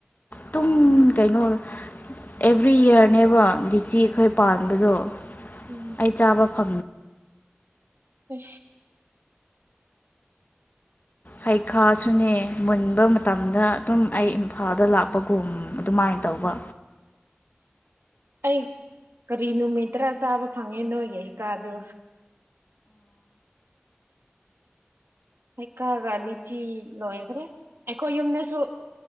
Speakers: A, on the left (about 45°); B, on the right (about 70°).
A: ꯇꯨꯡ ꯀꯩꯅꯣ ꯑꯦꯚ꯭ꯔꯤ ꯏꯌꯥꯔꯅꯦꯕ ꯗꯤꯆꯤ ꯑꯩꯈꯣꯏ ꯄꯥꯟꯕꯗꯣ
B: ꯎꯝ
A: ꯑꯩ ꯆꯥꯕ ꯐ
B: ꯑ
A: ꯍꯩꯈꯥꯁꯨꯅꯦ ꯃꯨꯟꯕ ꯃꯇꯝꯗ ꯑꯗꯨꯝ ꯑꯩ ꯏꯝꯐꯥꯜꯗ ꯂꯥꯛꯄꯒꯨꯝ ꯑꯗꯨꯃꯥꯏꯅ ꯇꯧꯕ
B: <inaudible> ꯑꯩ ꯀꯔꯤ ꯅꯨꯃꯤꯠꯠꯇꯔꯥ ꯆꯥꯕ ꯐꯪꯉꯦ ꯅꯣꯏꯒꯤ ꯍꯤꯀꯥꯗꯨ ꯍꯩꯀꯥꯒ ꯂꯤꯆꯤ ꯂꯣꯏꯈ꯭ꯔꯦ ꯑꯩꯈꯣꯏ ꯌꯨꯝꯗꯁꯨ